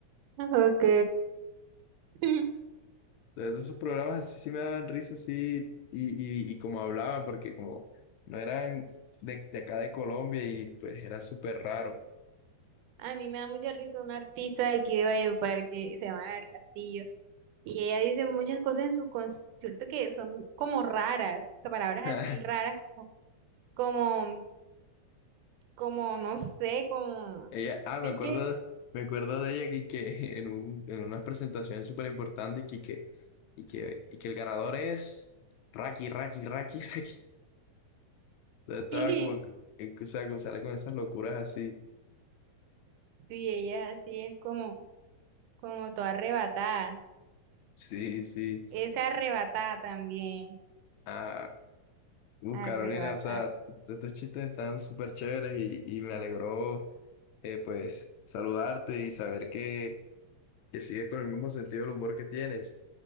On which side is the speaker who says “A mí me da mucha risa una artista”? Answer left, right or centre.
Right